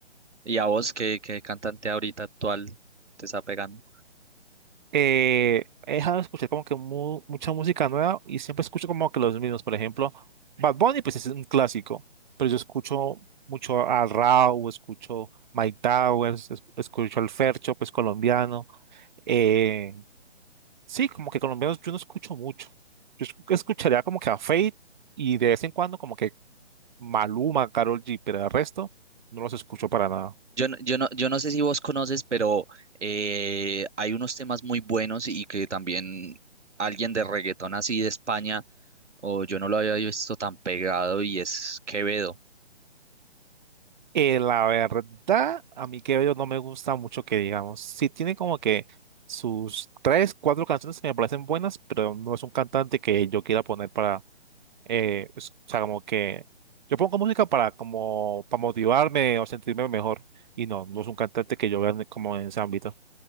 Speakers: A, on the right; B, on the right.
A: Y a vos, ¿qué, qué cantante ahorita actual te está pegando?
B: eh, he dejado de escuchar como que mu- mucha música nueva y siempre escucho como que los mismos. Por ejemplo, Bad Bunny, pues es un clásico, pero yo escucho mucho a Rauw, escucho Mike Towers, es- escucho al Fercho, pues colombiano. Eh, sí, como que colombianos yo no escucho mucho. Yo esc- escucharía como que a Fate y de vez en cuando como que Maluma, Karol G, pero el resto no los escucho para nada.
A: Yo, no- yo, no, yo no sé si vos conoces, pero eh, hay unos temas muy buenos y que también alguien de reggaetón así de España, o yo no lo había visto tan pegado, y es Quevedo.
B: Eh, la verdad, a mí que yo no me gusta mucho que digamos. Sí tiene como que sus tres, cuatro canciones que me parecen buenas, pero no es un cantante que yo quiera poner para, eh, es- o sea, como que yo pongo música para como para motivarme o sentirme mejor. Y no, no es un cantante que yo vea en- como en ese ámbito.